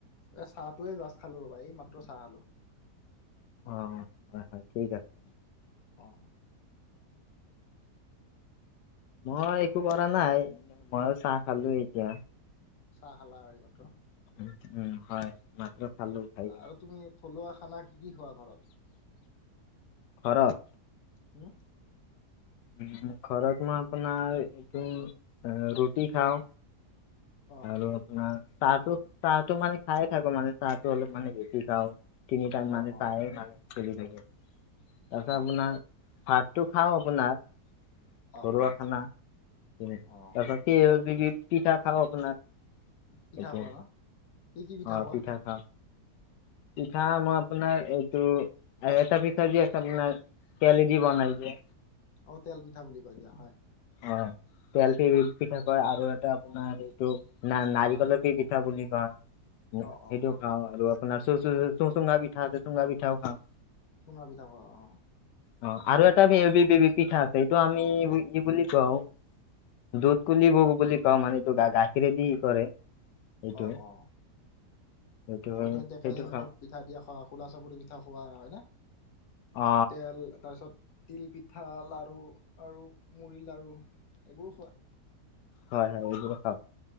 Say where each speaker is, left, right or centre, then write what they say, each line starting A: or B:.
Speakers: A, on the left; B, on the left.
A: এই চাহটোৱে জাষ্ট খালো ৰ'ব এই মাত্ৰ চাহ খালোঁ।
B: অঁ, হয় হয় ঠিক আছে।
A: অঁ।
B: মই একো কৰা নাই। মইও চাহ খালো এতিয়া,
A: চাহ খালা আৰু এইমাত্ৰ
B: উম হয়। মাত্ৰ খালো খাই
A: আৰু
B: কিনে
A: তুমি থলুৱা খানা কি কি খোৱা ঘৰত?
B: ঘৰত
A: হম।
B: উম, খৰত আপোনাৰ তম- ৰুটি খাও।
A: অ
B: আৰু আপোনাৰ চাহটো চাহটো মানে খায়ে থাকো মানে চাহটো অলপ মানে বেছি খাও, তিনি টাইম
A: অ
B: মানে
A: অ
B: চাহে মানে। চলি থাকে, তাৰপিছত
A: অ
B: আপোনাৰ ভাতটো খাও আপোনাৰ।
A: অ
B: ঘৰুৱাখানা
A: অ
B: <unintelligible>
A: অ
B: বিধ পিঠা খাও আপোনাৰ।
A: পিঠা
B: এইটো
A: খোৱা ন কি-কি পিঠা
B: অঁ
A: খোৱা?
B: খাওঁ পিঠা মই আপোনাৰ এইটো এটা পিঠা যি আছে আপোনাৰ তেলে দি বনাই যে।
A: অ' তেল পিঠা বুলি কয় দিয়া হয়।
B: অঁ। তেল পি -পিঠা কয় আৰু এটা আপোনাৰ এইটো ন- নাৰিকলৰ পি -পিঠা বুলি কয়।
A: অ
B: সেইটোও
A: অ
B: খাওঁ আৰু আপোনাৰ চ-চ চুঙা পিঠা আছে চুঙা পিঠাও খাওঁ।
A: চুঙা পিঠা খোৱা অ
B: অ আৰু এটা <unintelligible> পিঠা আছে এইটো আমি কি বুলি কি কওঁ দুধ কুলিব বুলি কওঁ মানে সেইটো গাখীৰে দি কৰে। এইটো
A: অঁ, অঁ।
B: সেইটো
A: অ ত -তুমি টেকেলি
B: সেইটো খাওঁ
A: মুখত পিঠা দিয়া খোৱা খোলা চাপৰি পিঠা খোৱা হয় নে?
B: অঁ।
A: তেল তাৰপিছত তিল পিঠা লাৰু আৰু মুড়িৰ লাৰু। এইবোৰো খোৱা।
B: হয়-হয়। খা